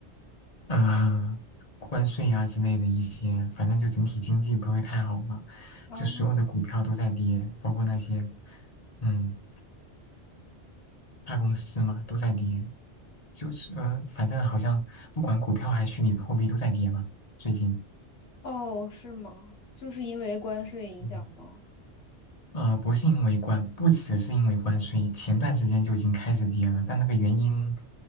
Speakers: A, on the left; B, on the left.
A: 呃，关税啊之类的一些，反正就整体经济不会太好嘛，
B: 哦，
A: 就所有的股票都在跌，包括那些，嗯，大公司嘛都在跌，就是呃，反正好像不管股票还是虚拟货币都在跌嘛，最近，
B: 哦，是吗？就是因为关税影响吗？
A: 嗯呃，不是因为关，不只是因为关税，前段时间就已经开始跌了，但那个原因，